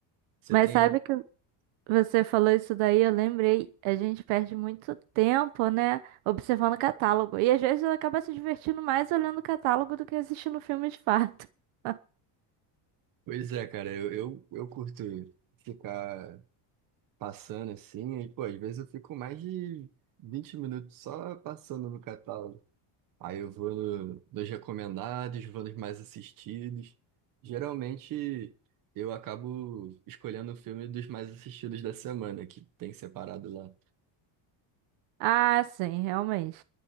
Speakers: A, on the right; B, on the right.
A: Você
B: Mas
A: tem,
B: sabe que você falou isso daí, eu lembrei, a gente perde muito tempo, né, observando o catálogo. E às vezes acaba se divertindo mais olhando o catálogo do que assistindo o filme de fato. <laughs>
A: Pois é, cara, eu, eu, eu curto ficar passando assim, e, pô, às vezes eu fico mais de 20 minutos só passando no catálogo. Aí eu vou no- nos recomendados, vou nos mais assistidos. Geralmente eu acabo escolhendo o filme dos mais assistidos da semana, que tem separado lá.
B: Ah, sim, realmente.